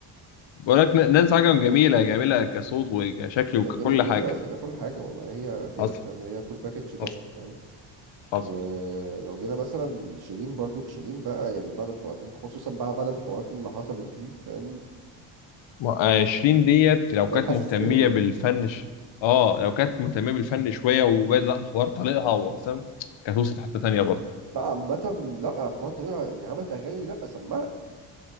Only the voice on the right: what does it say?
ج-
جميل
جميلة أصلا ككل حاجة والله هي كده
فاهم هي فول باكج تحفة
فاهم
ولو جينا مثلا شيرين برضو شيرين بقى يعني بعد الحوار خصوصا بقى بعد الحوارات اللي حصلت دي فاهم
بقت
حاسس
اللي هي بتقوله
بقى عامة لا حوارات طريقة يعني عملت أغاني لا سمعت